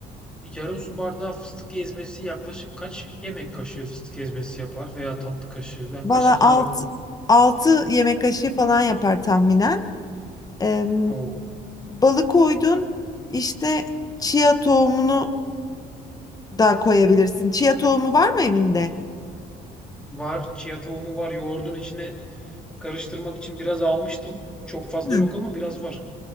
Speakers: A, in the centre; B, on the left.
A: yarım su bardağı fıstık ezmesi yaklaşık kaç yemek kaşığı fıstık ezmesi yapar veya tatlı kaşığı. Ben
B: Valla
A: kaşık
B: 6,
A: olarak
B: 6 yemek kaşığı falan yapar tahminen. Ee,
A: o
B: balı koydun. İşte chia tohumunu da koyabilirsin. Chia tohumu var mı evinde?
A: var. Chia tohumu var. Yoğurdun içine karıştırmak için biraz almıştım. Çok fazla
B: Hı.
A: yok ama biraz var.